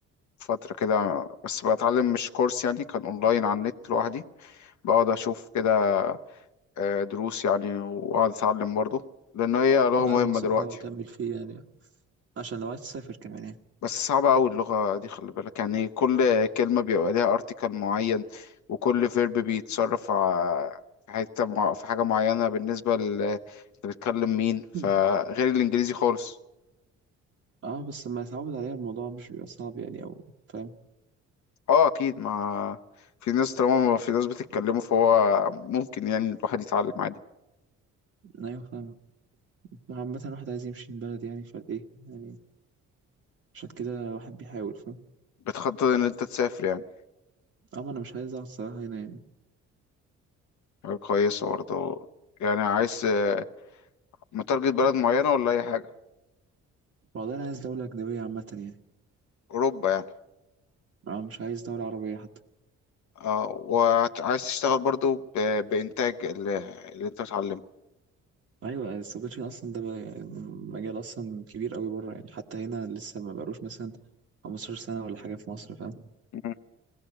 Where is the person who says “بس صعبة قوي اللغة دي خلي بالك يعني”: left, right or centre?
Left